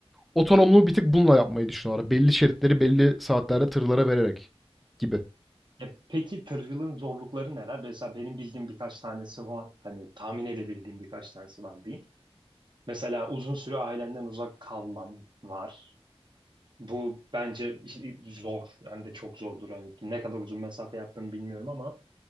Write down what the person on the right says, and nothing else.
E peki tırcılığın zorlukları neler? Mesela benim bildiğim birkaç tanesi var. Hani tahmin edebildiğim birkaç tanesi var diyeyim. Mesela uzun süre ailemden uzak kalmam var. Bu bence işi- zor. Hem de çok zordur. Hani ne kadar uzun mesafe yaptığını bilmiyorum ama